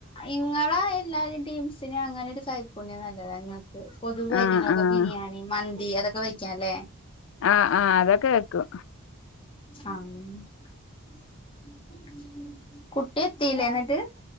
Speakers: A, on the left; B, on the left.
A: ഇങ്ങളെ എല്ലാരെ ടീംസിന് അങ്ങനെ ഒരു കൈപ്പുണ്യം നല്ലതാ ഇങ്ങക്ക് പൊതുവേ
B: ആഹ്
A: ഐറ്റങ്ങൾക്ക്
B: ആഹ്
A: ബിരിയാണി മൻ ന്തി അതൊക്കെ വെക്കാല്ലേ
B: ആഹ് ആഹ് അതക്കെ വെക്കും.
A: ആ <unintelligible> കുട്ടി എത്തീലേ ഇന്നിട്ട്?